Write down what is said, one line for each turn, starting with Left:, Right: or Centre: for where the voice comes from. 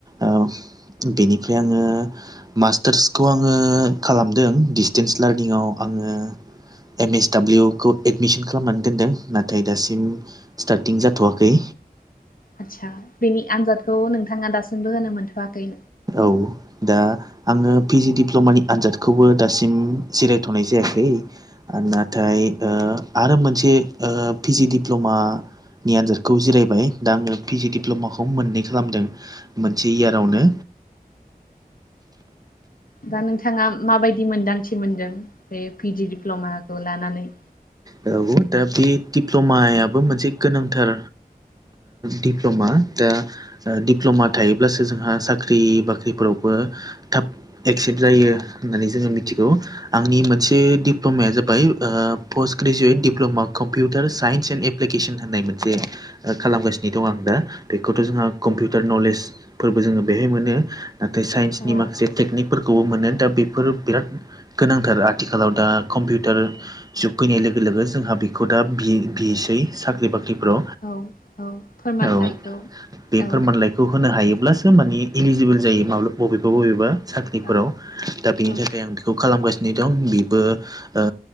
Right: औ बेनिफ्राय आङो मास्टार्सखौ आङो खालामदों डिसटेन्स लार्निंआव आङो। एम एस दाब्लिउखौ एडमिसन खालामनानै दोनदों नाथाय दासिम स्टार्टिं जाथ'वाखै
Left: आचसा बेनि आनजादखौ नोंथाङा दासिमबो होनो मोनथ'वाखै।
Right: औ। दा आङो पि जि दिडप्ल'मानि आनजादखौबो दासिम जिरायथ'नाय जायाखै नाथाय आरो मोनसे पि जि दिडप्ल'मा नि आनजादखौ जिरायबाय दा आङो पि जि दिडप्ल'माखौ मोननै खालामदों। मोनसे इयारावनो
Left: दा नोंथाङा माबायदि मोनदांथि मोनदों बे पिडि दिडप्ल'माखौ लानानै
Right: औ दा बे दिप्ल'मायाबो मोनसे गोनांथार दिप्ल'मा दा दिप्ल'मा थायोब्लासो जोंहा साख्रि बाख्रिफोरावबो थाब एक्सेप्ट जायो होननानै जोङो मिथिगौ। आंनि मोनसे दिप्ल'माया जाबाय पस्ट ग्रेजुवेट डिप्लमा कम कम्पिउटार साइन्स एन्ड एप्लिकेसन होननाय मोनसे खालामगासिनो दं आं दा बेखौथ' जोंहा कम्पिउटार नलेज फोरबो जोङो बेहाय मोनो नाथाय साइन्सनि
Left: औ
Right: माखासे। टेकनिकफोरखौबो मोनो दा बेफोर बिराद गोनांथार आथिखालाव दा कम्पिउटार जुग फैनाय लोगो लोगो जोंहा बेखौ दा बिसै साख्रि बाख्रि लौ
Left: औ औ फोरमानलाइखौ
Right: औ बे
Left: औ
Right: फोरमानलाइखौ खौ होनो हायोब्लासो मानि इलिजिबोल जायो माब्ला बबेबा बबेबा साख्रिफोराव
Left: औ
Right: दा बिनि
Left: औ
Right: थाखाय आं बेखौ खालामगासिनो दं बेबो ओ